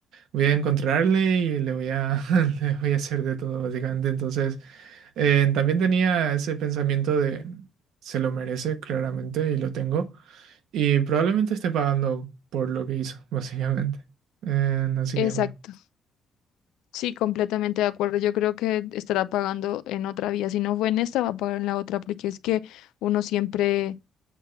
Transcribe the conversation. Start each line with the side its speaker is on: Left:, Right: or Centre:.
Right: voy a encontrarle y le voy a, <laughs> le voy a hacer de todo, básicamente. Entonces, eh, también tenía ese pensamiento de se lo merece, claramente, y lo tengo. Y probablemente esté pagando por lo que hizo, <laughs> básicamente. Eh, así
Left: Exacto.
Right: que bueno.
Left: Sí, completamente de acuerdo. Yo creo que estará pagando en otra vía. Si no fue en esta, va a pagar en la otra, porque es que uno siempre